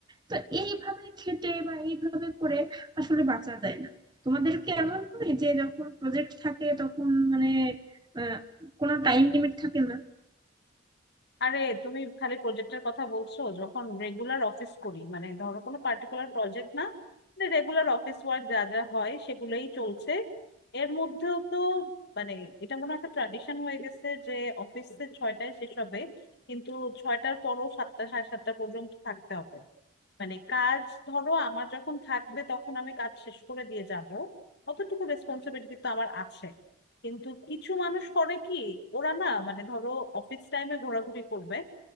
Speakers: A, on the right; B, on the left.
A: তো এইভাবে খেটে বা এইভাবে করে আসলে বাঁচা যায় না তোমাদের কি এমন হয় যে যখন প্রজেক্ট থাকে তখন মানে আহ, কোনো টাইম লিমিট থাকে না
B: আরে তুমি খালি প্রজেক্টের কথা বলছো যখন রেগুলার অফিস করি মানে ধরো কোনো পার্টিকুলার প্রজেক্ট না রেগুলার অফিস ওয়ার্ক যা যা হয় সেগুলোই চলছে এর মধ্যেও তো মানে এটা মনে হয় একটা ট্র্যাডিশন হয়ে গেছে যে অফিসে ছয়টায় শেষ হবে কিন্তু ছয়টার পরও সাতটা সাড়ে সাতটা পর্যন্ত থাকতে হবে মানে কাজ ধরো আমার যখন থাকবে তখন আমি কাজ শেষ করে দিয়ে যাব অতটুকু রেসপন্সিবিলিটি তো আমার আছে কিন্তু কিছু মানুষ করে কি ওরা না মানে ধরো অফিস টাইমে ঘোরাঘুরি করবে